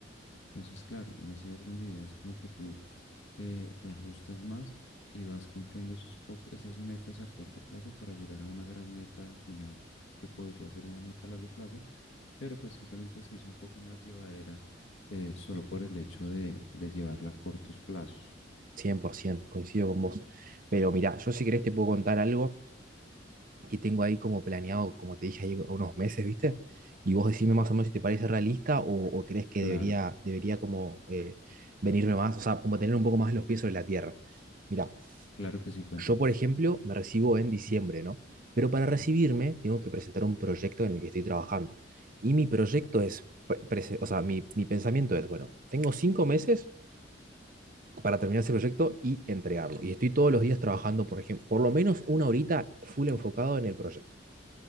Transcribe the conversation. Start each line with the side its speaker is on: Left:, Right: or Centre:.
Left: Entonces, claro, en ese orden de ideas, como que tú te, te ajustas más y vas cumpliendo esos po- esas metas a corto plazo para llegar a una gran meta final, que podría ser una meta a largo plazo, pero pues simplemente se hizo un poco más llevadera eh, solo por el hecho de, de llevarla a cortos plazos.
Right: 100%, coincido con vos. Pero mirá, yo si querés te puedo contar algo que tengo ahí como planeado, como te dije, ahí unos meses, ¿viste? Y vos decime más o menos si te parece realista o, o crees que
Left: Claro,
Right: debería, debería como eh, venirme más, o sea, como tener un poco más los pies sobre la tierra. Mirá,
Left: claro que sí, cuéntame.
Right: yo por ejemplo me recibo en diciembre, ¿no? Pero para recibirme tengo que presentar un proyecto en el que estoy trabajando. Y mi proyecto es, pre- prese- o sea, mi, mi pensamiento es, bueno, tengo cinco meses para terminar ese proyecto y entregarlo. Y estoy todos los días trabajando, por ejemplo, por lo menos una horita full enfocado en el proyecto.